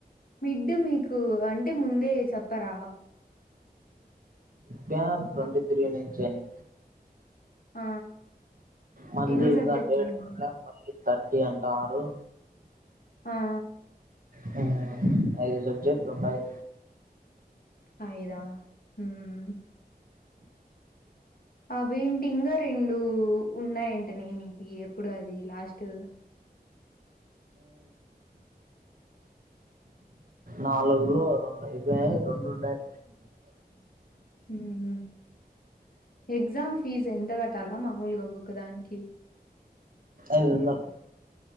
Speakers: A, on the left (about 65°); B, on the right (about 60°).
A: మిడ్డు మీకు అంటే ముందే చెప్పరా
B: ప్యారు ట్వంటీ
A: అప్
B: త్రీ నుంచి అని
A: ఆ
B: మళ్ళీ
A: ఎన్ని
B: ఇంగా
A: సబ్జెక్టులు
B: డేట్
A: ఉన్నాయి
B: మళ్లి థర్టీ అంటారు
A: ఆ
B: హ్మ్మ్ ఐదు సబ్జెక్ట్లు ఉండాయి
A: ఐయిదా హ్మ్మ్ అవేటి ఇంగా రెండు ఉన్నాయంట నే నీటి ఎప్పుడు అది లాస్ట్
B: నాలుగులో రెండు అయిపోయినాయి రెండు ఉండాయి
A: హ్మ్ హు ఎగ్జామ్ ఫీజ్ ఎంతగాటలా మాములుగా ఒక్కకొక దానికి
B: ఐదొందల్